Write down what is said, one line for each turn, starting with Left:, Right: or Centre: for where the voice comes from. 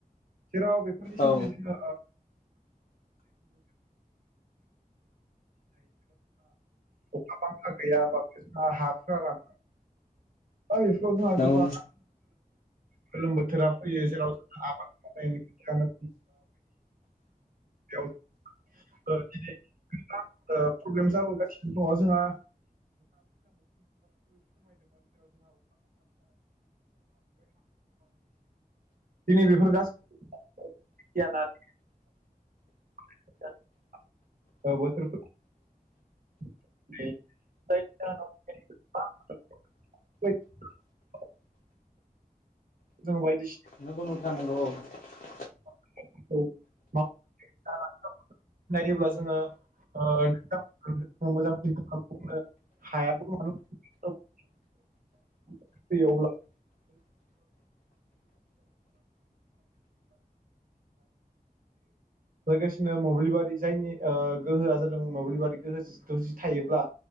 Right: जेराव बेफोरनि सोमोन्दै
Left: औ
Right: जोङो ओ <unintelligible> गैया बा‌ हाफ्रा रान <unintelligible>
Left: नंगौ
Right: गोलोम बोथोरा फैयो जेराव जों आबाद <unintelligible> बायदिसिना जेराव ओ दिनै नोंथां ओ प्रब्लेम जाबोगासिनो दङ जोंहा <unintelligible> <unintelligible> दिनै बेफोर गास <unintelligible> <unintelligible> औ बोथोर <unintelligible> जों बायदि
Left: नंगौ नोंथां नंगौ औ।
Right: <unintelligible> <unintelligible> नायोब्ला जोङो ओ <unintelligible> हायाबो <unintelligible> फैयो अब्ला लोगोसेनो मोब्लिबारि जायनि ओ गोहोआ जादों मोब्लिबारि गोहो जि जि थायोब्ला